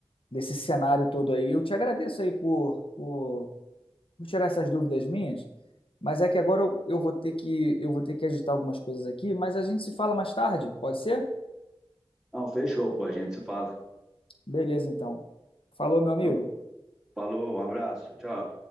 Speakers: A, on the left (about 65°); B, in the centre.
A: Desse cenário todo aí. Eu te agradeço aí por, por, por tirar essas dúvidas minhas. Mas é que agora eu, eu vou ter que, eu vou ter que ajustar algumas coisas aqui. Mas a gente se fala mais tarde, pode ser?
B: Não, fechou, pô, a gente se fala.
A: Beleza, então. Falou, meu amigo.
B: Então, falou, um abraço, tchau.